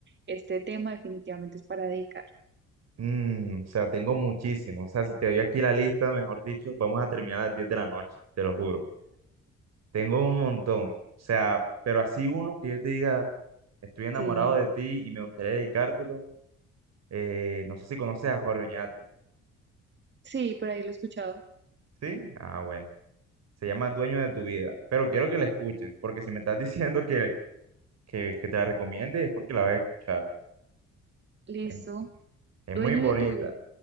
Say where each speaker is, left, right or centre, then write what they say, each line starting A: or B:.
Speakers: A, on the right (about 35°); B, on the right (about 60°).
A: este tema definitivamente es para dedicar.
B: mm, o sea, tengo muchísimo. O sea, si te doy aquí la lista, mejor dicho, vamos a terminar a las 10 de la noche, te lo juro. Tengo un montón. O sea, pero así uno que yo te diga, estoy enamorado
A: Sí,
B: de ti y me gustaría dedicártelo. eh, no sé si conoces a Jorge Oñate.
A: sí, por ahí lo he escuchado.
B: ¿Sí? Ah, bueno. Se llama Dueño de tu vida. Pero quiero que la escuches, porque si me estás <laughs> diciendo que, que, que te la recomiende es porque la vas a escuchar.
A: Listo.
B: En- Es
A: Dueño
B: muy bonita.
A: de tu vida.